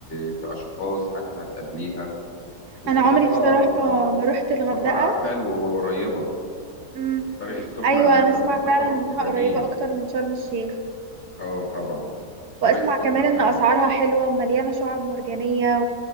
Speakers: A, on the left (about 35°); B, on the right (about 75°).
A: في اشخاص حتى هتقابليها وسفرها
B: أنا عمري بصراحة ما روحت الغردقة
A: سفرها حلو وقريبة
B: امم
A: طريق السخنة
B: أيوة
A: عامة
B: أنا أسمع
A: وسفره
B: فعلا إنها
A: جميل
B: قريبة أكتر من شرم الشيخ
A: اه طبعا
B: وأسمع
A: طريق السخنة
B: كمان إن
A: حلو
B: أسعارها حلوة ومليانة شعاب مرجانية